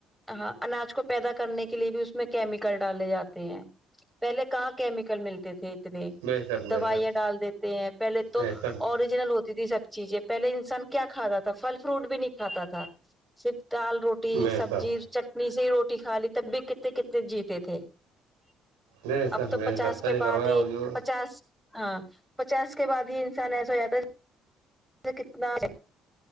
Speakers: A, in the centre; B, on the right (about 75°).
A: ہاں اناج کو پیدا کرنے کے لیے بھی اس میں کیمیکل ڈالے جاتے ہیں پہلے کہاں کیمیکل ملتے تھے
B: بے شک
A: دوائیاں
B: بے شک
A: ڈال دیتے ہیں پہلے تو
B: بے شک
A: اوریجنل ہوتی تھی سب چیزیں <unintelligible> انسان کیا کا رہا تھا <unintelligible> فھل فروٹ بھی نہیں کھاتا تھا صرف دال روٹی
B: بے
A: سبزی
B: شک
A: چٹنی سےی روٹی <unintelligible> چ کھای تب بھی کتنے کتنے جیتے تھے
B: بے شک
A: اب تو
B: بے
A: پچاس
B: شک صحیح
A: کے بعد
B: فرمایا
A: ہی
B: حضور
A: پچاس ہاں پچاس کے بعد ہی انسان ایسا ہو جاتا ہے م کتنا <unintelligible>